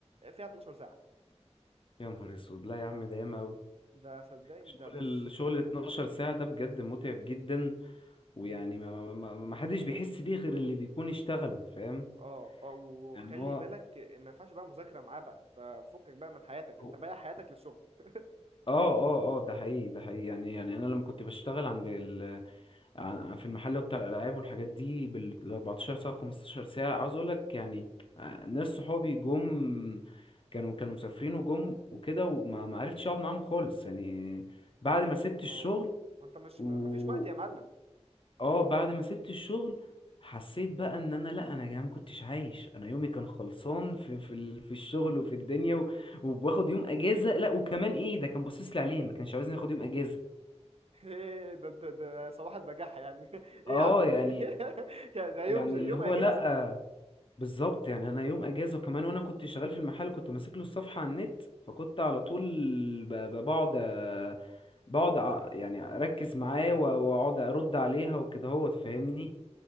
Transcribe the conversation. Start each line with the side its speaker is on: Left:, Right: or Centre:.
Right: فيها 12 ساعه
Left: يا نهار اسود لا يا عم ده ياما اوي
Right: ده صدقني
Left: شغل
Right: ده بص
Left: الشغل ال 12 ساعة ده بجد متعب جدا ويعني
Right: جدا
Left: ما, ما, ما حدش بيحس بيه غير اللي بيكون اشتغله فاهم
Right: اه اه وخلي
Left: يعني هو
Right: بالك ما ينفعش بقى مذاكره معاه بقى انت فكك بقى من حياتك
Left: هو-
Right: انت بايع حياتك للشغل <laughs>
Left: اه اه اه ده حقيقي ده حقيقي يعني يعني انا لما كنت بشتغل عند ع- في المحل بتاع الالعاب والحاجات دي بال 14 ساعه 15 ساعه عاوز اقول لك يعني آه، ناس صحابي جم كانوا كانوا مسافرين وجم وكده وما ما عرفتش اقعد معاهم خالص يعني بعد ما سبت الشغل
Right: اه وانت مش
Left: و
Right: مفيش وقت يا معلم
Left: اه بعد ما سبت الشغل حسيت بقى ان انا لا انا يا جماعه ما كنتش عايش انا يومي كان خلصان في في ال- في الشغل وفي الدنيا و... وباخد يوم اجازه لا وكمان ايه ده كان باصص لي عليه ما كانش عاوزني اخد يوم اجازه
Right: ايه ده ده ده صباح البجاحة يعني <laughs>
Left: اه
Right: ايه يا عم
Left: يعني
Right: في إيه؟ <laughs> يعني ده يوم
Left: يعني
Right: يوم
Left: اللي هو
Right: اجازة
Left: لا بالظبط يعني انا يوم اجازه كمان وانا كنت شغال في المحل كنت ماسك له الصفحه على النت فكنت على طول ب- ب- بقعد أ- بقعد أ- يعني اركز معاه و- واقعد ارد عليها وكده هو تفهمني